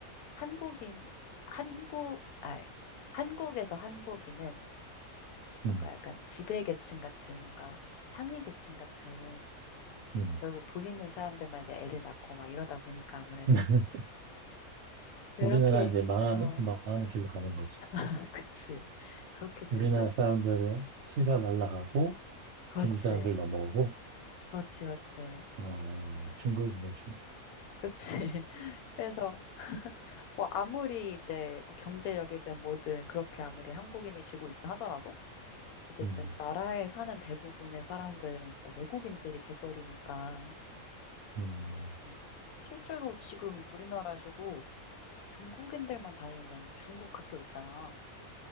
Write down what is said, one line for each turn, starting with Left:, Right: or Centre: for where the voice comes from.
Left: 한국인 한국 아 한국에서 한국인은 뭔가
Right: 음,
Left: 약간 지배계층 같은 뭔가 상위계층 같은
Right: 음.
Left: 결국 돈 있는 사람들만 이제 애를 낳고 막 이러다 보니까 아무래도
Right: <laughs>
Left: 이렇게
Right: 우리나라 이제 망하는,
Left: 어
Right: 망하는 길로 가는 거지.
Left: <laughs> 그치 그렇게 되고
Right: 우리나라 사람들은 씨가
Left: 음,
Right: 말라가고
Left: 그렇지
Right: 중국 사람들 넘어오고
Left: 그렇지 그렇지
Right: 어, 중국이네 중국.
Left: 그치 <laughs> 그래서 뭐 아무리 이제 뭐 경제력이든 뭐든 그렇게 아무리 한국인이 쥐고 있다 하더라도 어쨌든
Right: 음,
Left: 나라에 사는 대부분의 사람들은 이제 외국인들이 돼버리니까
Right: 음,
Left: 음. 실제로 지금 우리나라에서도 중국인들만 다니는 중국 학교 있잖아.